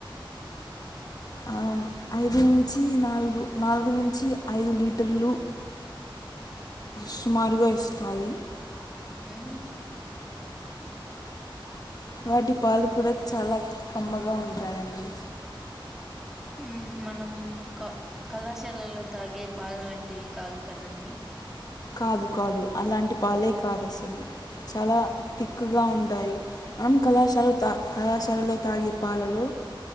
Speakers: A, on the left; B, in the centre.
A: ఆ ఐదు నుంచి నాల్గు నాల్గు నుంచి ఐదు లీటర్లు సుమారుగా ఇస్తాయి.
B: ఉమ్
A: వాటి పాలు కూడా చాలా కమ్మగా ఉంటాయండి.
B: ఊ మనం క కళాశాలలో తాగే పాలు వంటివి కాదు కదండి.
A: కాదు కాదు అలాంటి పాలే కాదు అసలు చాలా తిక్కుగా ఉంటాయి మనం కళాశాల త తాగే కళాశాలలో తాగే పాలలో